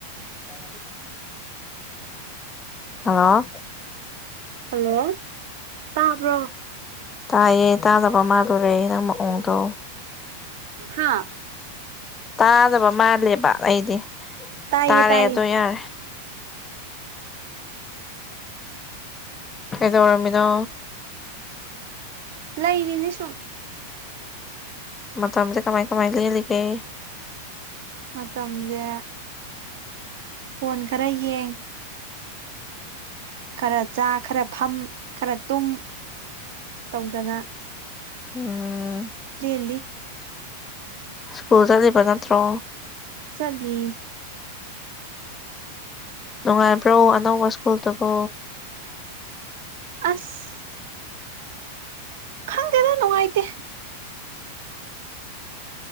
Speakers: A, on the left; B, on the right.
A: <inaudible> ꯑꯥ
B: ꯍꯜꯂꯣ ꯇꯕ꯭ꯔꯣ
A: ꯇꯥꯏꯌꯦ ꯇꯥꯗꯕ ꯃꯥꯜꯗꯣꯔꯦ ꯅꯪ ꯃꯑꯣꯡꯗꯣ
B: ꯍꯥꯥ
A: ꯇꯥꯗꯕ ꯃꯥꯜꯂꯦꯕ ꯑꯩꯗꯤ
B: ꯇꯥꯏꯌꯦ
A: ꯇꯥꯔꯦ
B: ꯇꯥꯏꯌꯦ
A: ꯑꯗꯣ ꯌꯥꯔꯦ ꯀꯩꯗꯧꯔꯝꯃꯤꯅꯣ
B: ꯂꯩꯔꯤꯅꯦ ꯁꯨꯝ
A: ꯃꯇꯝꯖꯦ ꯀꯃꯥꯏ ꯀꯃꯥꯏ ꯂꯦꯜꯂꯤꯒꯦ
B: ꯃꯇꯝꯁꯦ ꯐꯣꯟ ꯈꯔ ꯌꯦꯡ ꯈꯔ ꯆꯥ ꯈꯔ ꯐꯝ ꯈꯔ ꯇꯨꯝ ꯇꯧꯗꯅ
A: ꯎꯝ
B: ꯂꯦꯜꯂꯤ
A: ꯁ꯭ꯀꯨꯜ ꯆꯠꯂꯤꯕ ꯅꯠꯇ꯭ꯔꯣ
B: ꯆꯠꯂꯤ
A: ꯅꯨꯡꯉꯥꯏꯕ꯭ꯔꯣ ꯑꯅꯧꯕ ꯁ꯭ꯀꯨꯜꯗꯨꯕꯨ
B: ꯑꯁ ꯈꯪꯗꯦꯗ ꯅꯨꯡꯉꯥꯏꯇꯦ